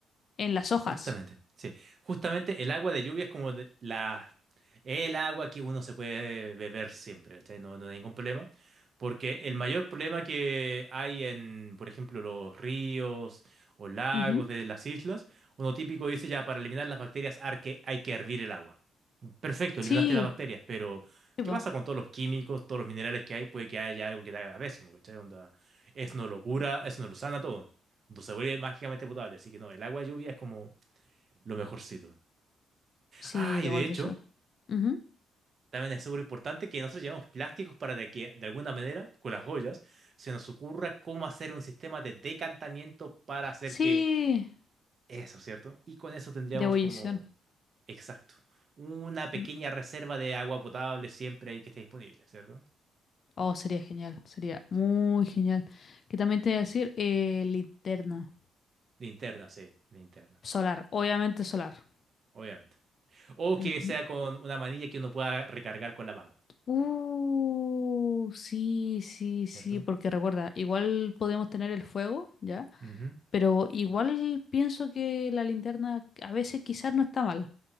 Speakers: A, on the left; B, on the right.
A: en las hojas.
B: Justamente, sí. Justamente el agua de lluvia es como de- la, el agua que uno se puede beber siempre, ¿cachai? No, no hay ningún problema. Porque el mayor problema que hay en, por ejemplo, los ríos o lagos
A: Ujú.
B: de las islas, uno típico dice ya, para eliminar las bacterias hay que, hay que hervir el agua. Perfecto,
A: Sí,
B: eliminaste las bacterias, pero
A: sí,
B: ¿qué
A: po.
B: pasa con todos los químicos, todos los minerales que hay? Puede que haya algo que te haga pésimo, ¿cachai? Onda, eso no lo cura, eso no lo sana todo. No se vuelve mágicamente potable. Así que no, el agua de lluvia es como lo mejorcito.
A: Sí,
B: Ah,
A: llegó
B: y de
A: al beso.
B: hecho,
A: Ujú.
B: también es súper importante que nosotros llevemos plásticos para de que, de alguna manera, con las joyas, se nos ocurra cómo hacer un sistema de decantamiento para hacer
A: Sí,
B: que eso, ¿cierto? Y con eso tendríamos
A: de ebullición.
B: como, exacto, una pequeña
A: Mm.
B: reserva de agua potable siempre ahí que esté disponible, ¿cierto?
A: Oh, sería genial, sería muy
B: Sí.
A: genial. Que también te voy a decir, eh, linterna
B: Linterna, sí, linterna,
A: solar, obviamente solar.
B: obviamente. O
A: Ujú.
B: que sea con una manilla que uno pueda recargar con la mano,
A: Uh, sí, sí, sí,
B: ¿cierto?
A: porque recuerda, igual podemos tener el fuego, ¿ya?
B: Ujú.
A: Pero igual pienso que la linterna a veces quizás no está mal.